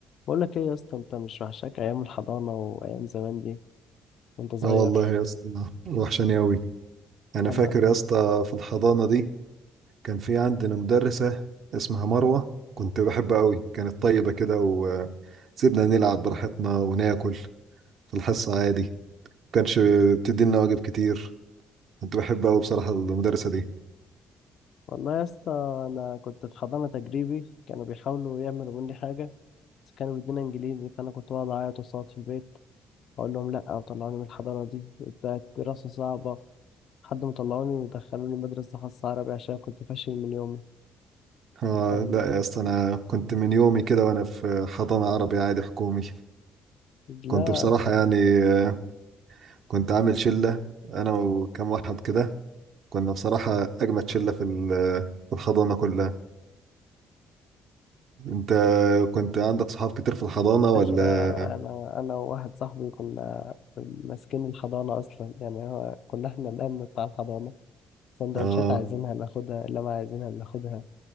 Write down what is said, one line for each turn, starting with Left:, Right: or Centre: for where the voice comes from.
Left: بقول لك ايه يا اسطى انت مش وحشاك ايام الحضانه وايام زمان دي وانت صغير
Right: اه والله يا اسطى وحشاني قوي انا
Left: انا
Right: فاكر يا اسطى في الحضانه دي كان في عندنا مدرسه اسمها مروه كنت بحبها قوي كانت طيبه كده وسيبنا نلعب براحتنا وناكل في الحصه عادي ما كانش بتدينا واجب كتير كنت بحبها قوي بصراحه المدرسه دي
Left: والله يا اسطى انا كنت في حضانه تجريبي كانوا بيحاولوا يعملوا مني حاجه بس كانوا بيدونا انجليزي فانا كنت بقعد اعيط وصوت في البيت اقول لهم لا وطلعوني من الحضانه دي بتاعت دراسه صعبه لحد ما طلعوني ودخلوني مدرسه خاصه عربي عشان كنت فاشل من يومي
Right: اه
Left: كان
Right: لا يا اسطى انا كنت من يومي كده وانا في حضانه عربي عادي حكومي
Left: لا
Right: كنت بصراحه يعني آه، كنت عامل شله انا وكم واحد كده كنا بصراحه اجمد شله في ال- في الحضانه كلها انت كنت عندك صحاب كتير في الحضانة ولا
Left: باشا انا انا وواحد صاحبي كنا ماسكين الحضانه اصلا يعني هو كنا احنا الامن بتاع الحضانه سندوتشات
Right: اه
Left: عايزينها ناخدها لما عايزينها بناخدها